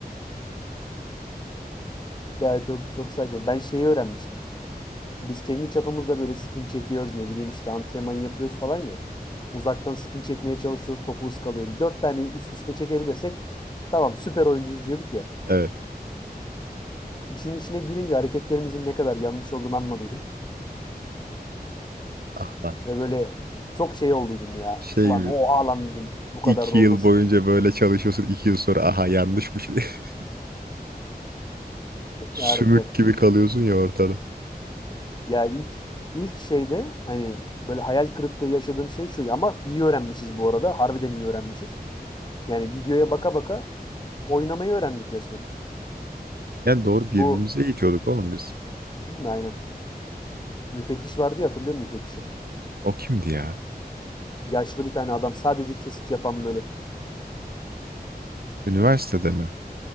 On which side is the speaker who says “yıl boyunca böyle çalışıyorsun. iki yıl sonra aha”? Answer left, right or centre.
Right